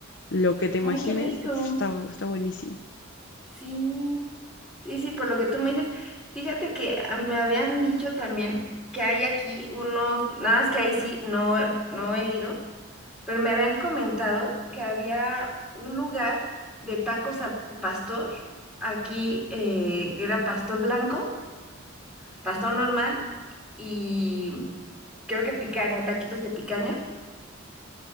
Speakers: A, on the left (about 55°); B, in the centre.
A: lo que te
B: Ay,
A: imagines,
B: qué rico.
A: uf, está, está buenísimo.
B: Sí, sí, sí, por lo que tú me dices, fíjate que ah, me habían dicho también que hay aquí unos, nada más que ahí sí, no, no he ido, pero me habían comentado que había un lugar de tacos al pastor, aquí eh, que era pastor blanco, pastor normal y creo que picaña, taquitos de picaña